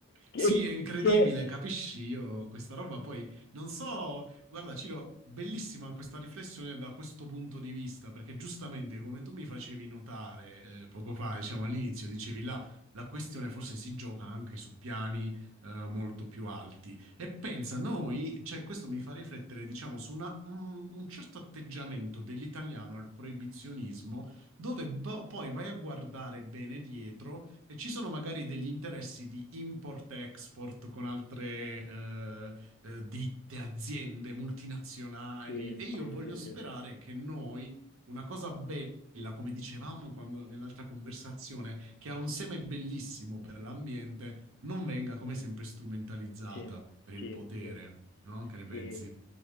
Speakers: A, on the left (about 50°); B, on the right (about 75°).
A: Che,
B: Sì, è incredibile,
A: che...
B: capisci io questa roba. Poi non so, guarda, Ciro, bellissima questa riflessione da questo punto di vista, perché giustamente come tu mi facevi notare eh, poco fa, diciamo all'inizio, dicevi là, la questione forse si gioca anche su piani eh, molto più alti. E pensa,
A: Sì,
B: noi, cioè questo mi fa riflettere, diciamo, su una- un un certo atteggiamento dell'italiano al proibizionismo dove bo- poi vai a guardare bene dietro e ci sono magari degli interessi di import-export con altre eh, eh, ditte, aziende multinazionali
A: sì,
B: e io
A: sì,
B: voglio
A: sì,
B: sperare
A: sì,
B: che noi, una cosa bella, come dicevamo quando, nell'altra conversazione, che ha un seme bellissimo per l'ambiente, non venga come sempre strumentalizzata
A: sì,
B: per il
A: sì,
B: potere,
A: sì.
B: no? Che ne pensi?
A: sì.